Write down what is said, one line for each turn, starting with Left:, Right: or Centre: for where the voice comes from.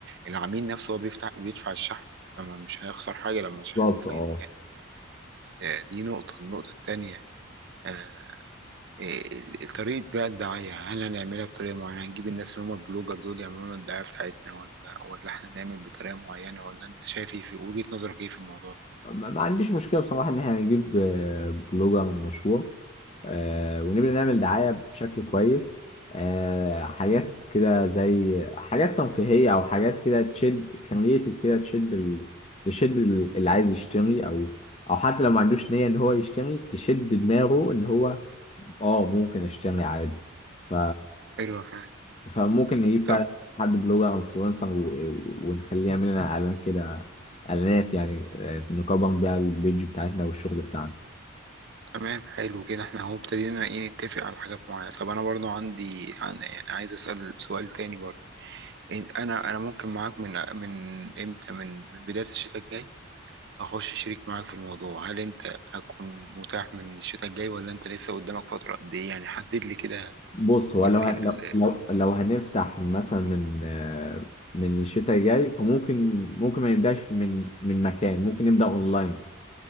Right: العميل نفسه هو بيفتح بيدفع الشحن فمش هيخسر حاجة لما شحنه
Left: بالظبط
Right: في
Left: اه
Right: اي مكان آه، دي نقطة النقطة التانية آه، آه، طريقة بقى الدعاية هل هنعملها بطريقة معينة هنجيب الناس اللي هم البلوجر دول يعملوا لنا الدعاية بتاعتنا ولا ولا احنا نعمل بطريقة معينة ولا انت شايف ايه في وجهة نظرك ايه في الموضوع ده
Left: ما ما عنديش مشكلة بصراحة إن إحنا هنجيب آه، بلوجر مشهور آه، ونبدأ نعمل دعاية بشكل كويس آه، حاجات كده زي حاجات ترفيهية أو حاجات كده تشد كرييتيف كده تشد ال... تشد ال- اللي عايز يشتري أو أو حتى لو ما عندوش نية إن هو يشتري تشد دماغه إن هو آه ممكن أشتري عادي ف
Right: ايوه فاهم
Left: فممكن نجيب
Right: طب
Left: فعلا حد بلوجر او انفلونسر و- ونخليه يعمل لنا اعلان كده اعلانات يعني آه، نكبر بيها البيج بتاعتنا والشغل بتاعنا
Right: تمام حلو كده احنا اهو ابتدينا ايه نتفق على حاجات معينة طب انا برضو عندي عن- يعني عايز اسأل سؤال تاني برضو إن- انا انا ممكن معاك من من امتى من من بداية الشتاء الجاي اخش شريك معاك في الموضوع هل انت هتكون متاح من الشتاء الجاي ولا انت لسه قدامك فترة قد ايه يعني حدد لي كده
Left: بص هو
Right: ال
Left: لو هن-
Right: ال
Left: لو لو لو هنفتح مثلا من آه، من الشتاء الجاي فممكن ممكن ما نبداش من من مكان ممكن نبدا اونلاين